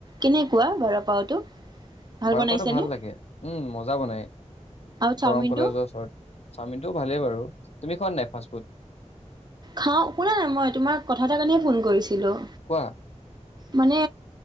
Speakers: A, on the right; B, on the left.
A: কেনেকুৱা বৰা পাওটো ভাল
B: বাৰাপাতো
A: বনাইছেনে
B: লাগে উম মজা বনাই
A: আৰু চাওমিনটো।
B: দৰং কলেজৰ ওচৰত চাওমিনটোও ভালেই বাৰু তুমি খোৱা নাই ফাষ্ট ফুড
A: খাওঁ শুনা নাই মই তোমাৰ কথা এাৰ কাৰণেহে ফোন কৰিছিলো
B: কোৱা
A: মানে